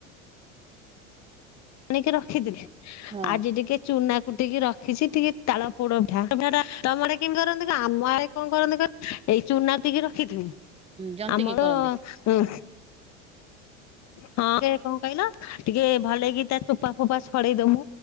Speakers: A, on the left; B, on the right.
A: ଆଣିକି ରଖିଦିଲେ
B: ହଁ
A: ଆଜି ଟିକେ ଚୁନା କୁଟିକି ର ଖିଛି ଟିକେ ତାଳ ପୋଡ ପିଠା <unintelligible> ତମ ଆଡେ କିଂ କରନ୍ତି କଁ ଆମ ଆଡେ କଁ କରନ୍ତି କ ଏଇ ଚୁନା ତିକେ ରଖିଥିବୁ
B: ଜନ୍ତିକି
A: ଆମର
B: କରନ୍ତି
A: ଉଁ ହଁ କେ କଣ କଇଲ ଟିକେ ଭଲେଇ କି ତା ଚୋପା ଫୋପା ଛଡେଇଦମୁ।